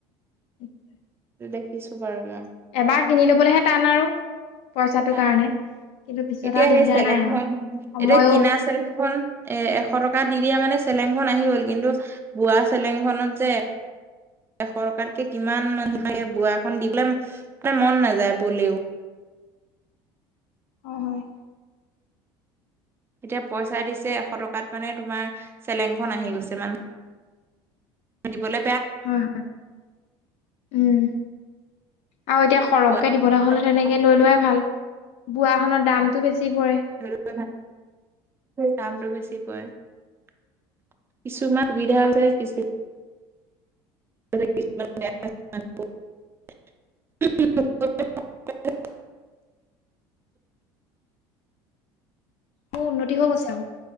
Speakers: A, on the left; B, on the right.
A: <unintelligible>
B: দেখিছো বাৰু মই।
A: এবাৰ কিনি লবলৈহে টান আৰু পইচাটো
B: টান
A: কাৰণে। পিছত
B: এতিয়া
A: আৰু দিগদাৰ
B: সেই চেলেংখন,
A: নাই আৰু সময়ো
B: এতিয়া কিনা চেলেংখন এ এশ টকা দি দিয়া মানে চেলেংখন আহি গ'ল কিন্তু বোৱা চেলেংখনত যে সৰকাৰকে কিমান মান শে বোৱা এখন দিবলে মানে মন নাযায় বলেও।
A: হয়।
B: এতিয়া পইচা দিছে এশ টকাত মানে তোমাৰ চেলেংখন আহি গৈছে মানে। দিবলে
A: হয় হয়, উম আৰু এতিয়া সৰহ
B: পোৱা
A: দিবলৈ হ'লে তেনেকে
B: কিন্তু
A: লৈ লোৱাই ভাল বোৱা হ'লে দামটো বেছি পৰে
B: <unintelligible> দামটো বেছি কিছুমান সুবিধাৰ হ'লে কিছু <unintelligible> <unintelligible>
A: মোৰ উন্নতি হৈ গৈছে আৰু।